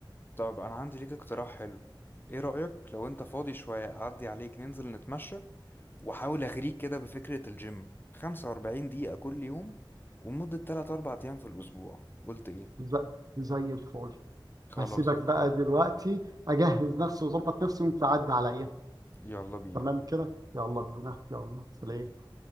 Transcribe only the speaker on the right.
ز- زي الفل
هسيبك
بقى دلوقتي اجهز نفسي واظبط نفسي وانت عدى عليا
تمام كده يلا بينا يلا سلام